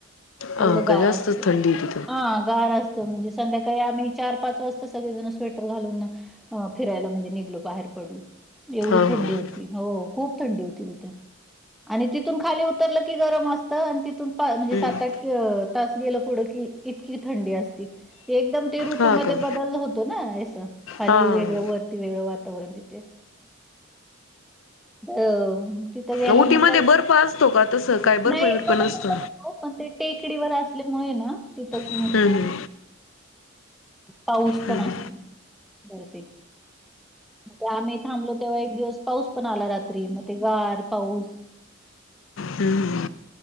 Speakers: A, in the centre; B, on the left.
A: एवढा
B: हा
A: गार
B: का जास्तच
A: असतं.
B: थंडी आहे तिथं
A: हा गार असत मनजे संध्याकाळी आम्ही चार, पाच वाजता सगळेजण स्वेटर घालून फिरायला म्हणजे निघलो, बाहेर पडलो. एवढी
B: हा हा
A: थंडी
B: हा.
A: होती. हो खूप थंडी होती तिथे. आणि तिथून खाली उतरलं की गरम असतं आणि तिथून म्हणजे
B: हम्म
A: सात, आठ तास गेलं पुढं की इतकी थंडी असती. एकदम ते ऋतूमध्येध
B: हा का
A: बदल होतो ना यास खाली
B: हा हा
A: वेगळं
B: हा.
A: वरती वेगळं वातावरण तिथे. अ तिथं गेल्यावर
B: उटीमध्ये
A: मग का
B: बर्फ असतो का तसं काय बर्फ
A: नाहीपण
B: बिर्फ नसतो
A: टेक टेकडीवर असल्यामुळे ना तिथं
B: हम्म हम्म
A: पाऊस
B: हम्म
A: पण असत बऱ्यापै मग आम्ही थांबलो तेव्हा एक दिवस पाऊस पण आला रात्री मग ते गार पाऊस
B: हम्म